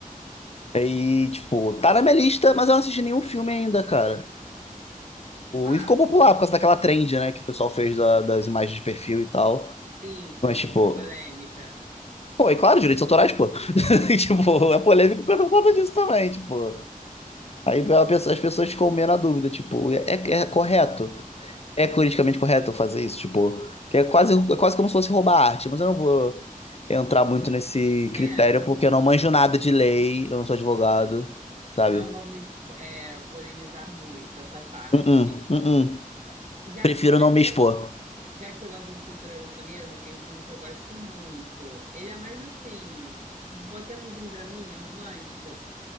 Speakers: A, on the left; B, on the right.
A: E, tipo, tá na minha lista, mas eu não assisti nenhum filme ainda, cara.
B: Ah,
A: E ficou popular por causa daquela trend, né, que o pessoal fez da- das imagens de perfil e tal.
B: sim, foi
A: Mas,
B: um
A: tipo,
B: pouquinho polêmica.
A: pô, e claro, direitos autorais, pô. <laughs> tipo, é polêmico por conta disso também, tipo. Aí a pessoa- as pessoas ficam meio na dúvida, tipo, é, é é correto? É politicamente correto eu fazer isso? Tipo, que é quase, é quase como se fosse roubar arte, mas eu não vou entrar muito nesse
B: É,
A: critério
B: não
A: porque eu não manjo nada de lei, eu não sou advogado, sabe?
B: Não vamos é, polemizar muito essa parte.
A: Uh-uh, uh-uh.
B: Já,
A: Prefiro
B: já
A: não
B: que
A: me
B: você,
A: expor.
B: já que você gosta de cultura japonesa, tem um filme que eu gosto muito. Ele é mais assim, botemos um draminha romântico,